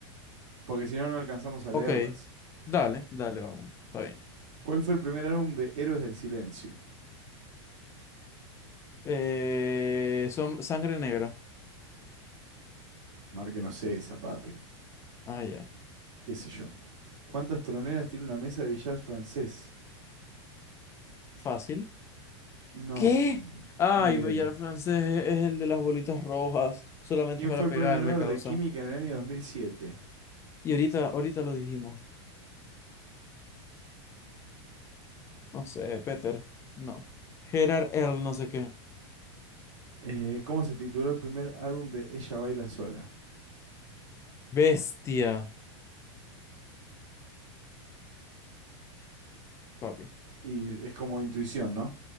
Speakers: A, on the right; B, on the left.
A: porque si no, no alcanzamos a leerlas.
B: Ok. Dale, dale, vamos. Está bien.
A: ¿Cuál fue el primer álbum de Héroes del Silencio?
B: Eh, son sangre negra.
A: Márquenos esa, papi.
B: Ah, ya.
A: ¿Qué sé yo? ¿Cuántas troneras tiene una mesa de billar francés?
B: Fácil.
A: No,
B: ¿Qué? Ay,
A: ni idea.
B: Villar francés es es el de las bolitas rojas. Solamente
A: ¿Quién
B: para
A: fue el
B: pegarle
A: premio Nobel
B: causa.
A: de Química en el año 2007?
B: Y ahorita, ahorita lo dijimos. No sé, Peter. No. Gerard Earl, no sé qué.
A: Eh, ¿cómo se tituló el primer álbum de Ella Baila Sola?
B: Bestia, papi.
A: Y es como intuición, ¿no?